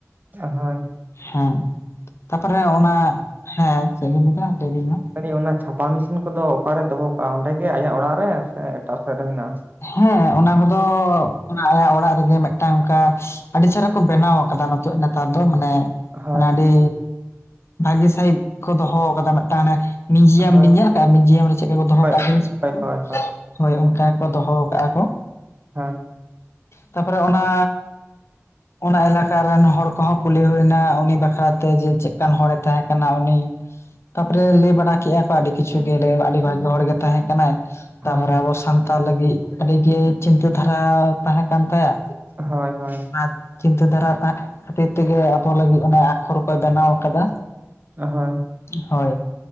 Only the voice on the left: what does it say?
ᱦᱮᱸ ᱛᱟᱯᱚᱨᱮ ᱚᱱᱟ ᱦᱮᱸ ᱪᱮᱫ ᱵᱮᱱ ᱫᱤᱱ ᱞᱮᱵᱤᱱ ᱢᱟ
ᱦᱮᱸ ᱚᱱᱟ ᱠᱚᱫᱚ ᱟᱭᱟᱜ ᱚᱲᱟᱜ ᱨᱮᱜᱮ ᱢᱤᱫᱴᱟᱝ ᱚᱱᱠᱟ ᱟᱹᱰᱤ ᱪᱮᱦᱨᱟ ᱠᱚ ᱵᱮᱱᱟᱣ ᱟᱠᱟᱫᱟ ᱱᱤᱛᱚᱜ ᱱᱮᱛᱟᱨ ᱫᱚ ᱢᱟᱱᱮ
ᱢᱟᱱᱮ ᱟᱹᱰᱤ ᱵᱷᱟᱹᱜᱤ ᱥᱟᱹᱦᱤᱡ ᱠᱚ ᱫᱚᱦᱚ ᱟᱠᱟᱫᱟ ᱢᱮᱫᱴᱟᱝ ᱟᱱᱮ ᱢᱤᱭᱩᱡᱤᱭᱟᱢ
ᱵᱤᱱ ᱧᱮᱞ ᱟᱠᱟᱫᱼᱟ ᱢᱤᱭᱡᱤᱭᱟᱢ ᱪᱮᱫ ᱞᱮᱠᱟ ᱠᱚ ᱫᱚᱦᱚ
ᱠᱟᱜᱼᱟ ᱡᱤᱱᱤᱥ
ᱠᱚ
ᱦᱳᱭ ᱚᱱᱠᱟ ᱫᱚᱦᱚ ᱠᱟᱜᱼᱟ ᱠᱚ᱾
ᱛᱟᱯᱚᱨᱮ ᱚᱱᱟ ᱚᱱᱟ ᱮᱞᱟᱠᱟ ᱨᱮᱱ ᱦᱚᱲ ᱠᱚᱦᱚᱸ ᱠᱩᱞᱤ ᱦᱩᱭᱱᱟ ᱩᱱᱤ ᱵᱟᱠᱷᱨᱟ ᱛᱮ ᱡᱮ ᱪᱮᱫ ᱞᱮᱠᱟᱱ ᱦᱚᱲᱮ ᱛᱟᱦᱮᱸ ᱠᱟᱱᱟ ᱩᱱᱤ ᱛᱟᱯᱚᱨᱮ ᱞᱟᱹᱭ ᱵᱟᱲᱟ ᱠᱮᱫᱼᱟ ᱠᱚ ᱟᱹᱰᱤ ᱠᱤᱪᱷᱩ ᱜᱮ ᱟᱹᱰᱤ ᱵᱷᱟᱜᱤ ᱦᱚᱲ ᱜᱮ ᱛᱟᱦᱮᱸ ᱠᱟᱱᱟᱭ᱾
ᱛᱟᱯᱚᱨᱮ ᱟᱵᱚ ᱥᱟᱱᱛᱟᱲ ᱞᱟᱹᱜᱤᱫ ᱟᱹᱰᱤᱜᱮ ᱪᱤᱱᱛᱟᱹ ᱫᱷᱟᱨᱟ ᱛᱟᱦᱮᱸ ᱠᱟᱱ ᱛᱟᱭᱟ?
ᱚᱱᱟ ᱪᱤᱱᱛᱟᱹ ᱫᱷᱟᱨᱟ ᱛᱟ ᱠᱷᱟᱹᱛᱤᱨ ᱛᱮᱜᱮ ᱟᱵᱚ ᱞᱟᱹᱜᱤᱫ ᱚᱱᱮ ᱟᱠᱷᱚᱨ ᱠᱚ ᱵᱮᱱᱟᱣ ᱠᱟᱫᱟ᱾
ᱦᱳᱭ